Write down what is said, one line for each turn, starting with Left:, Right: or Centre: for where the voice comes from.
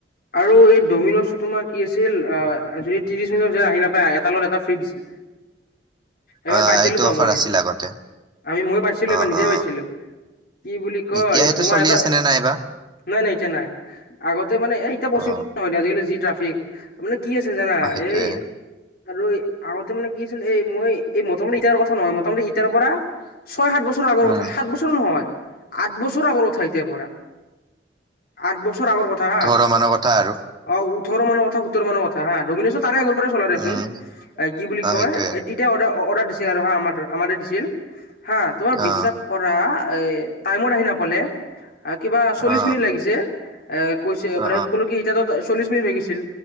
Left: আৰু এই ডমিন'জটো তোমাৰ কি আছিল আ যদি ত্ৰিছ মিনিটৰ আহি নাপায় এটাৰ লগত এটা ফ্ৰী দিছিল। এবাৰ
Right: অ
Left: পাইছিলোঁ
Right: সেইটো
Left: ত
Right: অফাৰ
Left: মই,
Right: আছিল আগতে
Left: আমি মই পাইছিলোঁ
Right: অ
Left: এবাৰ নিজে
Right: অ
Left: পাইছিলোঁ। কি বুলি কয়
Right: এতিয়া সেইটো
Left: তোমাৰ
Right: চলি
Left: এটা,
Right: আছে নে নাইবা
Left: নাই নাই এতিয়া নাই আগতে মানে এই এটা বস্তু
Right: অ
Left: নহয় আজিকালি যি ট্রাফিক মানে কি আছিল জানা
Right: অ সেইটোয়ে
Left: এই আৰু আগতে মানে কি আছিল এই মই এই মোটামুটি ইতিয়া কথা নহয় মোটামুটি ইতিয়াৰ পৰা ছয়- সাত বছৰৰ আগৰ
Right: উম
Left: কথা সাত বছৰ নহয় আঠ বছৰৰ আগৰ কথা এতিয়া পৰা। আঠ বছৰ আগৰ কথা হা।
Right: অ মানৰ কথা আৰু।
Left: অ ওঠৰ কথা সোতৰ মানৰ কথা হা ডমিনজত তাৰে আগৰ চলাই দিয়াচোন,
Right: উম
Left: কি বুলি
Right: অ
Left: কয়
Right: সেইটোয়ে
Left: এ তেতিয়া অডাৰ অডাৰ পিছে আৰু হা আমাৰ তাত দিছিল হা তুমি বিশ্বাস
Right: অ
Left: কৰা এই টাইমত আহি না কলে আ কিবা চল্লিশ
Right: অ
Left: মিনিট লাগিছে কৈছে তাৰ
Right: অ অ
Left: পিছত এতিয়া ত চল্লিশ লাগিছিল